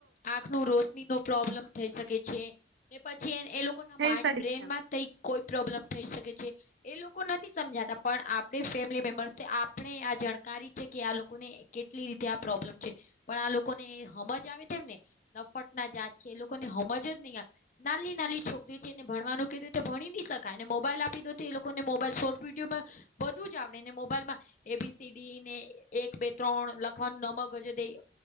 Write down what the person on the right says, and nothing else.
થઈ
શકે
છે